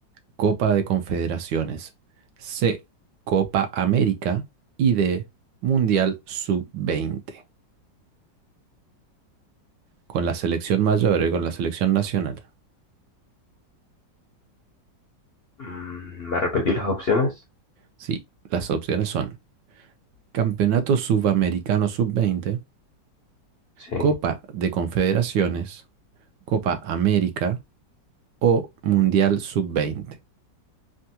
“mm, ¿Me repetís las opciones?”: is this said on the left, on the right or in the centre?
Left